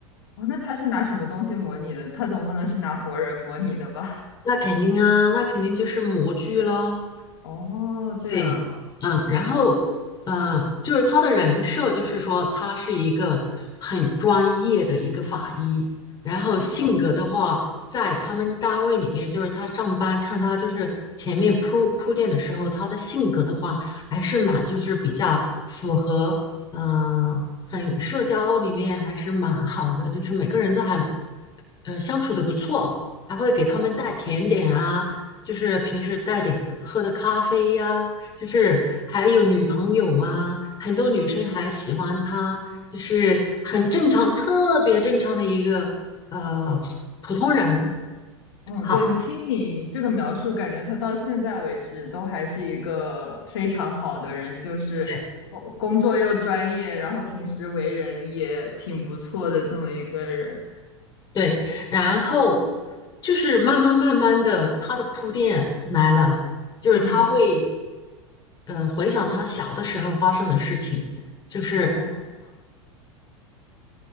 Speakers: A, on the left (about 55°); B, on the left (about 25°).
A: 哦，那他是拿什么东西模拟的？他总不能是拿活人模拟的吧？
B: 那肯定啊，那肯定就是模具喽。
A: <laughs> 哦，这样，
B: 对，嗯，然后，
A: 好
B: 呃，就是他的人设，就是说他是一个很专业的一个法医。然后性格的话，
A: 好的，
B: 在他们单位里面，就是他上班看他就是前面铺铺垫的时候，他的性格的话，还是蛮就是比较符合，嗯、很社交里面还是蛮好的，就是每个人都还呃相处的不错，还会给他们带甜点啊，
A: 哦，
B: 就是平时带点喝的咖啡呀、就是还有女朋友啊，很多女生还喜欢他，就是很正常，特别正常的一个呃普通人。
A: 嗯，
B: 好，
A: 对，你听你这个描述，感觉他到现在为止都还是一个非常好的人，就是工工作又专业，
B: 对
A: 然后平时为人也挺不错的这么一个人。
B: 对，然后就是慢慢慢慢的，他的铺垫来了，就是他会
A: 嗯，
B: 呃回想他小的时候发生的事情。就是
A: 哦。